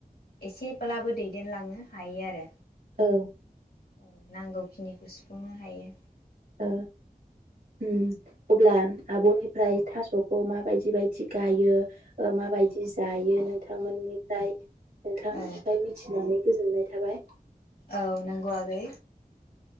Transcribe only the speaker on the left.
एसेब्लाबो दैदेनलांनो हायो आरो।
औ नांगौखिनिखौ सुफुंनो हायो।
औ
औ नोंगौ आगै।